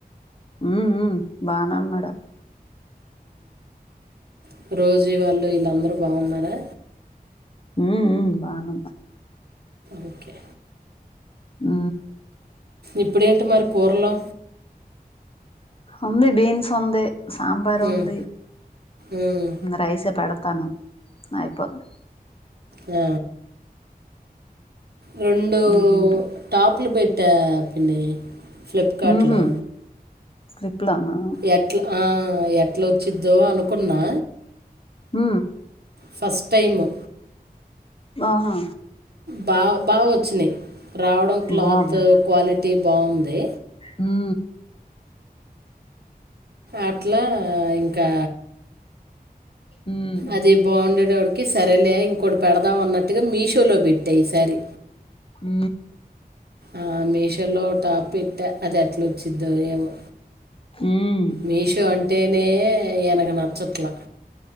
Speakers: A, on the left; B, on the right.
A: ఉ ఉ బానే ఉన్నాడు
B: హు రోజి వాళ్ళు వీళ్ళందరూ బాగున్నారా
A: ఊ ఊ బాగున
B: ఓకే
A: ఆ
B: ఇప్పుడేంటి మరి కూరలో
A: ఉంది బీన్స్ ఉంది సాబారు
B: ఉమ్,
A: ఉంది
B: ఉమ్,
A: రైస్ పెడత తను ఐపొద్ది
B: ఉ రెండూ
A: ఉమ్
B: టాప్లు పెట్ట పిన్ని ఫ్లిప్కార్ట్
A: ఉహు
B: లో
A: స్లిప్లోనా
B: ఎట్లా ఆ ఎట్ల వచ్చిద్దో అనుకున్నా
A: ఉ
B: ఫస్ట్ టైము
A: ఆహా
B: బా బాగా వచ్చినాయి రావడం క్లాత్
A: బాగుంది
B: క్వాలిటీ బాగుంది
A: హఊ
B: అట్లా ఇంకా
A: ఉమ్
B: అది బాగుండేడు ఆడు సరేలే ఇంకోటి పెడదాం అన్నట్టుగా మీషోలో పెట్టా ఈసారి
A: ఊ...
B: ఆ మషోలో టాప్ పెట్టా అది ఎట్లా వచ్చిద్దో ఏమో
A: ఉమ్
B: మీషో అంటేనే ఈనకు నచ్చట్ల